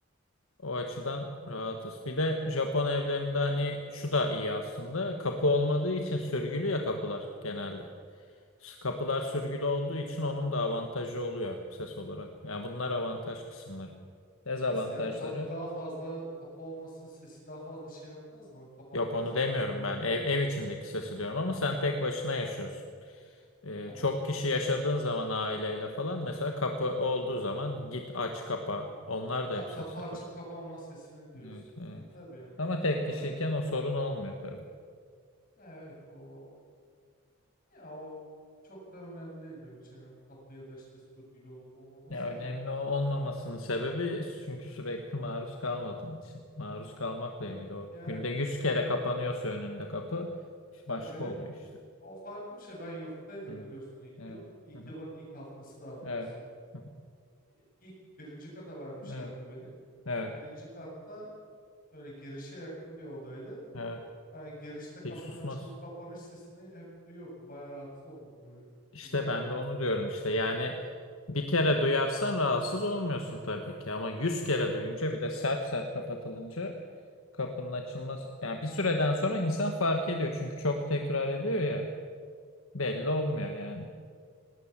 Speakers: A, on the left; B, on the left.
A: O açıdan rahatız. Bir de Japon evlerinde hani şu da iyi aslında. Kapı olmadığı için sürgülü ya kapılar genelde. S- Kapılar sürgülü olduğu için onun da avantajı oluyor ses olarak. Yani
B: Ya,
A: bunlar avantaj kısımları. Dezavantajları
B: nasıl ya? Kapı daha fazla, kapı olması sesi daha fazla şey yapmaz mı? Kapatmaz
A: yok onu
B: mı?
A: demiyorum
B: Odayla
A: ben.
B: od
A: Ev, ev içindeki sesi diyorum ama sen tek başına yaşıyorsun. Ee,
B: Ha,
A: çok
B: yani
A: kişi yaşadığın
B: şey.
A: zaman aileyle falan mesela kapı olduğu zaman git aç kapa. Onlar
B: Ha,
A: da hep
B: kapı
A: ses yapar.
B: açıp kapanma sesini diyorsun.
A: Evet, evet.
B: Ha, tabii yani
A: Ama
B: evet
A: tek
B: o
A: kişiyken
B: ayrı.
A: o sorun olmuyor tabii.
B: Ya, evet o ya o çok da önemli değil benim için. Yani kapı ya da işte sürgülü olup olmaması
A: Ya önemli
B: da.
A: o- olmamasının sebebi çünkü sürekli maruz kalmadığın için. Maruz kalmakla
B: Evet.
A: ilgili o.
B: Ya,
A: Günde
B: evet.
A: yüz
B: Ya
A: kere kapanıyorsa önünde kapı işte başka
B: Ya benim
A: oluyor işte.
B: o farklı bir şey. Ben yurttaydım
A: Evet.
B: biliyorsun ilk
A: Evet.
B: yıl. İlk
A: Hı hı.
B: yılın ilk haftası daha doğrusu.
A: Evet. Hı hı.
B: İ- İlk birinci kata vermişlerdi
A: Evet.
B: beni.
A: Evet.
B: Birinci katta böyle girişe yakın bir odaydı.
A: Evet.
B: Ben girişte kapının
A: Hiç susmaz.
B: açılıp kapanış sesini hep duyuyordum. Bayağı rahatsız oldum tabii. Hani
A: İşte
B: Uyuyamadım.
A: ben de onu diyorum işte. Yani bir kere duyarsan rahatsız olmuyorsun tabii ki ama yüz kere duyunca bir de sert sert kapatılınca kapının açılmaz. Yani bir süreden sonra insan fark ediyor çünkü çok tekrar ediyor ya belli
B: Ne-
A: olmuyor yani.